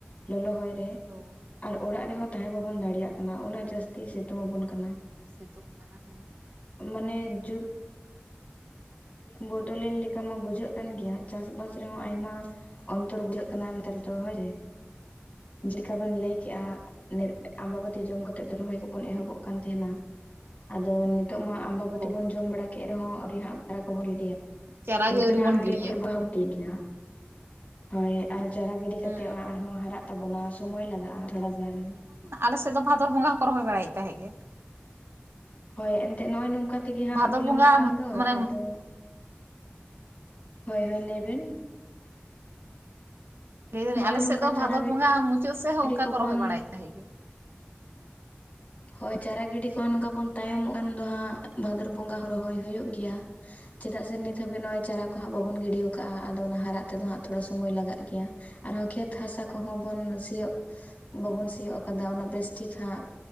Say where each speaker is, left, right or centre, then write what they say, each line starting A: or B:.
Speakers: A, on the left (about 40°); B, on the right (about 80°).
A: ᱞᱚᱞᱚ ᱦᱚᱭ ᱨᱮ
B: ᱦᱳᱭ
A: ᱟᱨ ᱚᱲᱟᱜ ᱨᱮ ᱦᱚᱸ ᱛᱟᱦᱮᱸ ᱵᱟᱵᱚᱱ ᱫᱟᱲᱮᱭᱟᱜ ᱠᱟᱱᱟ᱾ ᱩᱱᱟᱹᱜ ᱡᱟᱹᱥᱛᱤ ᱥᱤᱛᱩᱝ ᱟᱵᱚᱱ ᱠᱟᱱᱟ᱾
B: ᱥᱤᱛᱩᱝ ᱠᱟᱱᱟ ᱦᱮᱸ
A: ᱢᱟᱱᱮ ᱡᱩᱜᱽ ᱵᱚᱫᱚ ᱞᱮᱱ ᱞᱮᱠᱟ ᱢᱟ ᱵᱩᱡᱷᱟᱹᱜ ᱠᱟᱱ ᱜᱮᱭᱟ ᱪᱟᱥ ᱵᱟᱥ ᱨᱮᱦᱚᱸ ᱟᱭᱢᱟ ᱚᱱᱛᱚᱨ ᱵᱩᱡᱷᱟᱹᱜ ᱠᱟᱱᱟ ᱱᱮᱛᱟᱨ ᱫᱚ ᱦᱳᱭ
B: <inaudible>
A: ᱡᱮ ᱞᱮᱠᱟ ᱵᱮᱱ ᱞᱟᱹᱭ ᱠᱮᱜᱼᱟ ᱟᱵᱟᱵᱚᱹᱛᱤ ᱡᱚᱢ ᱠᱟᱛᱮᱜ ᱨᱚᱦᱚᱭ ᱠᱚ ᱵᱚᱱ ᱮᱦᱚᱵᱚᱜ ᱠᱟᱱ ᱛᱟᱦᱮᱸᱱᱟ ᱟᱫᱚ ᱱᱤᱛᱚᱜ ᱢᱟ ᱟᱵᱟᱵᱟᱹᱛᱤ
B: ᱦᱳᱭ
A: ᱵᱚᱱ ᱡᱚᱢ ᱵᱟᱲᱟ ᱠᱮᱫ ᱨᱮᱦᱚᱸ ᱟᱸᱣᱨᱤ ᱦᱟᱸᱜ ᱰᱟᱨᱟ ᱠᱚᱵᱚᱱ ᱜᱤᱰᱤᱼᱭᱟ᱾
B: ᱪᱟᱨᱟ
A: ᱮᱱᱠᱷᱟᱱ
B: ᱜᱮ ᱟᱹᱣᱨᱤ
A: ᱮᱱᱛᱮᱨᱮᱦᱚ
B: ᱵᱚᱱ ᱜᱤᱲᱤᱭᱟ
A: ᱵᱷᱟᱨᱚᱛ ᱵᱚᱝᱜᱟ ᱵᱚᱱ ᱛᱤᱭᱳᱜ ᱠᱮᱭᱟ ᱦᱟᱸᱜ ᱦᱳᱭ ᱟᱨ ᱪᱟᱨᱟ ᱜᱤᱰᱤ
B: ᱦᱩᱸ
A: ᱠᱟᱛᱮᱜ ᱚᱱᱟ ᱟᱨᱦᱚᱸ ᱦᱟᱨᱟᱜ ᱛᱟᱵᱚᱱᱟ, ᱥᱳᱢᱳᱭ ᱞᱟᱜᱟᱜᱼᱟ ᱛᱷᱚᱲᱟ ᱜᱟᱱ ᱾
B: ᱟᱞᱮᱥ ᱥᱮᱫ ᱫᱚ ᱵᱷᱟᱫᱚᱨ ᱵᱚᱸᱜᱟ ᱦᱚᱸᱠᱚ ᱨᱚᱦᱚᱭ ᱵᱟᱲᱟᱭᱮᱫ ᱛᱟᱦᱮᱸᱜ ᱜᱮ ᱾
A: ᱦᱳᱭ ᱮᱱᱛᱮ ᱱᱚᱜᱼᱚᱭ ᱱᱚᱝᱠᱟ ᱾ ᱛᱮᱜᱮ ᱦᱟᱸᱜ
B: ᱵᱷᱟᱫᱚᱨ
A: ᱵᱤᱞᱚᱢᱚᱜ
B: ᱵᱚᱸᱜᱟ
A: ᱠᱟᱱ ᱫᱚ,
B: ᱢᱟᱱᱮ
A: ᱟᱫᱚ ᱦᱳᱭ ᱦᱳᱭ ᱞᱟᱹᱭ ᱵᱤᱱ?
B: ᱞᱟᱹᱭ ᱫᱟᱹᱞᱤᱧ
A: ᱱᱚᱜᱼᱚᱭ
B: ᱟᱞᱮ
A: ᱱᱚᱝᱠᱟ
B: ᱥᱮᱫ ᱫᱚ
A: ᱪᱟᱨᱟ
B: ᱵᱷᱟᱫᱚᱨ ᱵᱚᱸᱜᱟ ᱢᱩᱪᱟᱹᱫ ᱥᱮᱫ
A: ᱜᱤᱰᱤ
B: ᱦᱚᱸ ᱚᱱᱠᱟ
A: ᱠᱚᱵᱚᱱ
B: ᱠᱚ ᱨᱚᱦᱚᱭ ᱵᱟᱲᱟᱭᱮᱫ ᱛᱟᱦᱮᱸᱜ ᱜᱮ᱾
A: ᱦᱳᱭ ᱪᱟᱨᱟ ᱜᱤᱰᱤ ᱠᱚ ᱱᱚᱝᱠᱟ ᱵᱚᱱ ᱛᱟᱭᱚᱢᱚᱜ ᱠᱷᱟᱱ ᱫᱚ, ᱦᱟᱸᱜ ᱵᱷᱟᱫᱚᱨ ᱵᱚᱸᱜᱟ ᱦᱚᱸ ᱨᱚᱦᱚᱭ ᱦᱳᱭᱳᱜ ᱜᱮᱭᱟ ᱾ ᱪᱮᱫᱟᱜ ᱥᱮ ᱱᱤᱛ ᱦᱟᱹᱵᱤᱡ ᱱᱚᱜᱼᱚᱭ ᱪᱟᱨᱟ ᱠᱚ ᱦᱟᱸᱜ
B: ᱦᱳᱭ
A: ᱵᱟᱵᱚᱱ ᱜᱤᱰᱤ ᱟᱠᱟᱣᱟ, ᱟᱫᱚ ᱚᱱᱟ ᱦᱟᱨᱟᱜ ᱛᱮ ᱫᱚ ᱦᱟᱸᱜ ᱛᱷᱚᱲᱟ ᱥᱳᱢᱳᱭ ᱞᱟᱜᱟᱜ ᱜᱮᱭᱟ ᱟᱨ ᱦᱚᱸ ᱠᱷᱮᱛ ᱦᱟᱥᱟ ᱠᱚ ᱦᱚᱸ ᱵᱚᱱ ᱥᱤᱭᱳᱜ ᱵᱟᱵᱚᱱ ᱥᱤᱭᱳᱜ ᱠᱟᱫᱟ ᱚᱱᱟ ᱵᱮᱥ ᱴᱷᱤᱠ ᱦᱟᱸᱜ